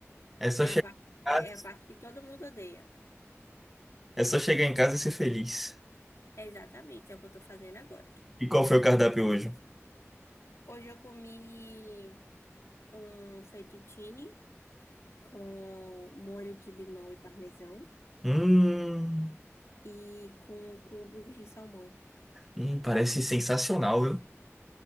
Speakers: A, in the centre; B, on the left (about 75°).
A: É só
B: É
A: chegar
B: a parte,
A: em casa,
B: é, é a parte que todo mundo odeia.
A: é só chegar em casa e ser feliz.
B: É exatamente, é o que eu estou fazendo agora.
A: E qual foi o cardápio hoje?
B: Hoje eu comi um fettuccine com molho de limão e parmesão
A: Hum,
B: e com cubos de salmão.
A: hum, parece sensacional, viu?